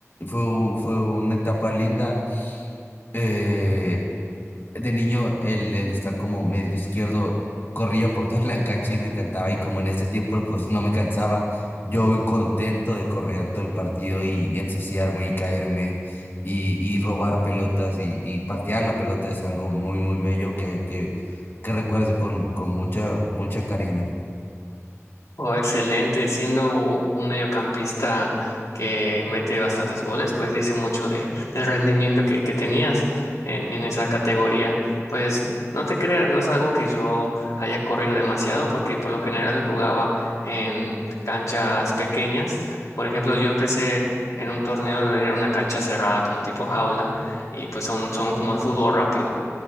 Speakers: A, on the left; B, on the left.
A: fue, un- fue una etapa linda. eh, de niño el, el estar como medio izquierdo corría por toda la cancha y me encantaba y como en ese tiempo pues no me cansaba, yo muy contento de correr todo el partido y, y ensuciarme y caerme y, y robar pelotas y, y patear la pelota es algo muy muy bello que, que, que recuerdo con, con mucha, mucho cariño.
B: Oh, excelente. Siendo u- un mediocampista que mete bastantes goles, pues dice mucho de, del rendimiento que, que tenías en, en esa categoría. Pues no te creas, no es algo que yo haya corrido demasiado, porque por lo general jugaba en canchas pequeñas. Por ejemplo, yo empecé en un torneo de una cancha cerrada, como tipo jaula, y pues son, son como de fútbol rápido.